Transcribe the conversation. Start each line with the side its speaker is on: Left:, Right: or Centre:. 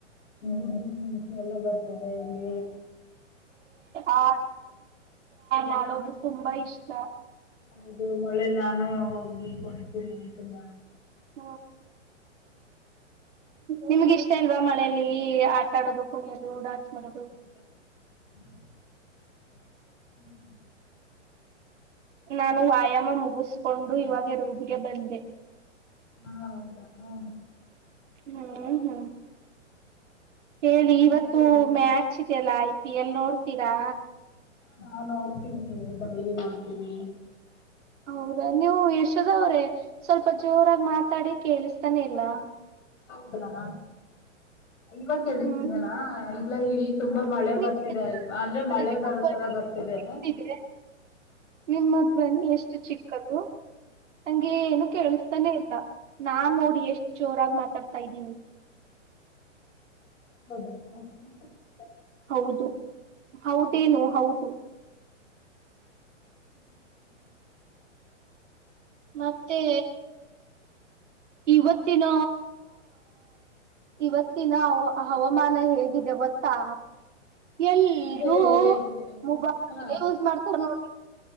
Left: ಗುಜುಂಸ ಎಲ್ಲ ಬರ್ತದೆ ಇಲ್ಲಿ
Right: ಆ ನಳೊಬ್ರು ತುಂಬಾ ಇಷ್ಟ
Left: ಹೌದು ಮಳೇಲಿ ನಾನು ಹೋಗಿ ಕೊಂಡಿತೀನಿ ಲ್ಲ
Right: ಹ ನಿಮ್ಗೆ ಇಷ್ಟ ಇಲ್ವಾ ಮಳೇಲಿ ಆ ತಡೋದಕ ಡಾನ್ಸ್ ಮಾಡ
Left: ್ಮ <unintelligible>
Right: ನಾನು ವ್ಯಾಯಾಮ ಮುಗಿಸ್ಕೊಂಡು ಇವಾಗ ರೂಬಿಗೆ ಬಂದೆ
Left: ಹಾ ಹೌದಾ ಹಾ
Right: ಹು ಹು ಹೇ ಳ್
Left: ಮತ್ತೆ
Right: ಇವತ್ತು
Left: ಹೇಳಿ
Right: ಮ್ಯಾಕ್. ಚ್ಚಿದೆಲ್ಲ ಐ ಪಿ ಎಲ್ ನೋಡ್ತೀರಾ.
Left: ನಾ ನೋಡ್ತೀವಿ ಡೆಲಿ ನೋಡ್ತೀವಿ.
Right: ಹೌದಾ ನೀವು ಯಶೋದವ್ರೆ ಸ್ವಲ್ಪ ಜೋರಾಗಿ ಮಾತಾಡಿ ಕೇಳಿಸ್ತಾನೆ ಇಲ್ಲಾ.
Left: ಹೌದಾ ಇವಾಗ ಕೇಳಿಸ್ತಿದೆನಾ
Right: ಹ್ಮ್
Left: ಇಲ್ಲ ಇಲ್ಲಿ. ತುಂಬಾ ಮಳೆ
Right: ನಿಮ್ಮ
Left: ಬರ್ತಿದೆ ಅಲ್ವಾ ಅಂದ್ರೆ ಮಳೆ ಬರೋ
Right: ಧ್ವನಿ
Left: ತರ ಬರ್ತಿದೆ.
Right: ಇದೆ ನಿಮ್ಮ ಧ್ವನಿ ಎಷ್ಟು ಚಿಕ್ಕದು ನಂಗೆ ಏನು ಕೇಳಿಸ್ತಾನೆ ಇಲ್ಲ. ನಾ ನಾನ್ ನೋಡ ಎಷ್ಟ್ ಜೋರಾಗಿ ಮಾತಾಡ್ತಾ ಇದ್ದೀನಿ.
Left: ಹೌದಾ
Right: ಹೌದು ಹೌದೇನು ಹೌದು.
Left: ಹು ಹು
Right: ಮತ್ತೆ ಇವತ್ತಿನ ಇವತ್ತಿನ ಹ ಹವಾಮಾನ ಹೇಗಿದೆ ಗೊತ್ತಾ. ಎಲ್ರೂ
Left: ಹೇಳಿ ಹೇಗಿದೆ
Right: ಮೊಬೈಲ್
Left: ಹಾ
Right: ಯೂಸ್ ಮಾಡ್ತಾರ ನೋಡ್ರಿ.